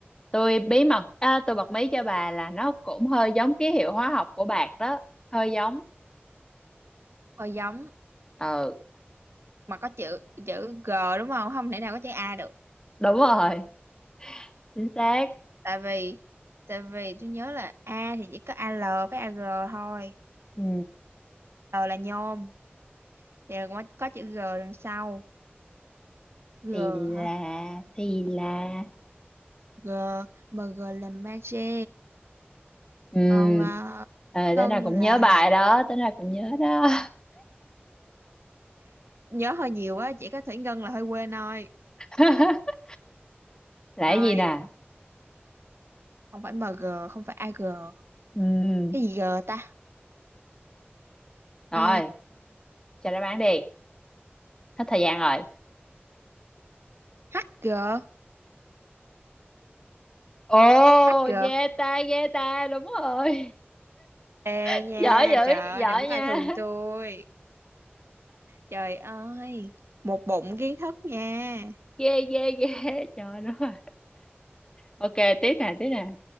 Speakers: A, on the left (about 20°); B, on the right (about 75°).
A: tôi bí mật à, tôi bật mí cho bà là nó cũng hơi giống ký hiệu hóa học của bạc đó hơi giống
B: Thôi giống
A: ừ
B: mà có chữ chữ G đúng không? Không thể nào có chữ A được.
A: đúng rồi chính xác
B: tại vì tại vì tôi nhớ là A thì chỉ có a AL với AG thôi
A: ừ
B: L là nhôm thì có, có chữ G đằng sau G
A: thì
B: hả
A: là thì là
B: G MG là magie
A: ừ
B: còn ờ,
A: ờ
B: cân
A: tới nào cũng
B: là
A: nhớ bài đó tới nào cũng nhớ đó
B: nhớ hơi nhiều á chỉ có thủy ngân là hơi quên thôi
A: <laughs> là cái
B: rồi
A: gì nè
B: không phải MG không phải AG
A: ừ
B: cái gì G ta
A: rồi
B: Ờ,
A: cho đáp án đi hết thời gian rồi
B: HG
A: ồ
B: HG
A: ghê ta ghê ta đúng rồi
B: Ê
A: <laughs>
B: nha
A: giỏi dữ
B: trời ơi,
A: giỏi
B: đừng coi
A: nha
B: thường tôi trời ơi một bụng kiến thức nha
A: ghê ghê ghê <laughs> trời nó à. ok tiếp nè tiếp nè